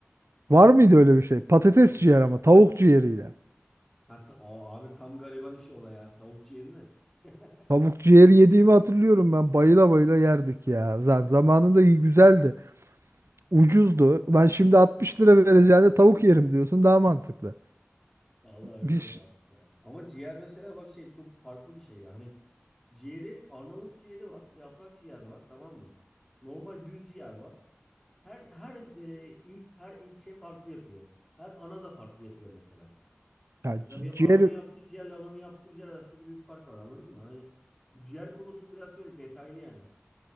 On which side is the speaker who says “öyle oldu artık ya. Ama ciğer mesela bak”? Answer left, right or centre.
Centre